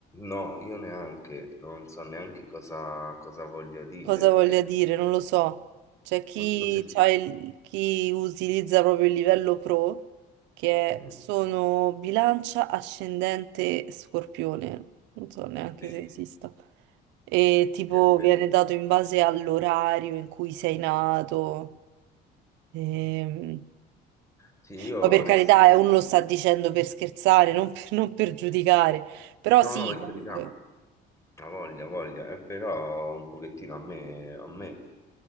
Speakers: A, on the left; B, on the right.
A: No, io neanche, non so neanche cosa, cosa voglia dire.
B: Cosa voglia dire? Non lo so. C'è chi,
A: Non so se...
B: c'ha il- chi utilizza proprio il livello pro, che
A: mm,
B: è- sono bilancia, ascendente, scorpione. Non so neanche
A: Sì,
B: se esista. E tipo
A: sì, è vero.
B: viene dato in base all'orario in cui sei nato. Ehm,
A: Sì, io
B: Poi per
A: onestamente...
B: carità, eh, uno lo sta dicendo per scherzare, non per, non per giudicare. Però
A: No,
B: sì,
A: no, per
B: comunque.
A: carità. Ha voglia, ha voglia, eh, però un pochettino a me, a me,